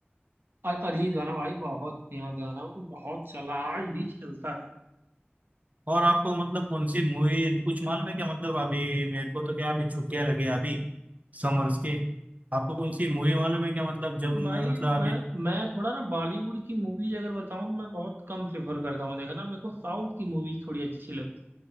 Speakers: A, on the right (about 65°); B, on the right (about 40°).
A: और अरिजीत गाना भाई बहुत फेमस गाना है, वो तो बहुत चला आज भी चलता
B: और आपको मतलब कौन सी मूवी कुछ मालूम है क्या मतलब अभी मेरे को तो क्या अभी छुट्टियां लगी हैं अभी समर्स की आपको कौन सी मूवी मालूम है क्या मतलब जब
A: है
B: मैं
A: भाई
B: मतलब अभी
A: मैं मैं थोड़ा ना बॉलीवुड की मूवीज अगर बताऊं तो मैं बहुत कम प्रेफर करता हूँ देखा ना मेरे को साउथ की मूवीज थोड़ी अच्छी लगती